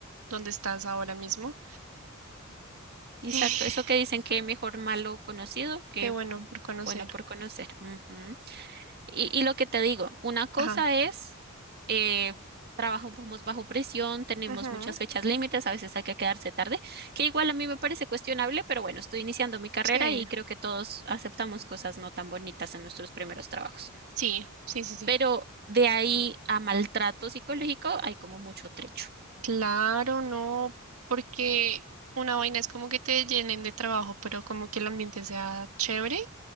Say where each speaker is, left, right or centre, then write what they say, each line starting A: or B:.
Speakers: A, on the right; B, on the right.
A: donde estás ahora mismo?
B: Exacto,
A: <sighs>
B: eso que dicen que mejor malo conocido que
A: Qué bueno por conocer.
B: bueno por conocer. Ujú. Y, y lo que te digo, una cosa
A: Ajá.
B: es, eh, trabajamos bajo presión, tenemos
A: Ujú,
B: muchas fechas límites, a veces hay que quedarse tarde, que igual a mí me parece cuestionable, pero bueno, estoy iniciando mi carrera
A: Sí,
B: y creo que todos aceptamos cosas no tan bonitas en nuestros primeros trabajos.
A: sí, sí, sí, sí.
B: Pero de ahí a maltrato psicológico hay como mucho trecho.
A: Claro, no, porque una vaina es como que te llenen de trabajo, pero como que el ambiente sea chévere,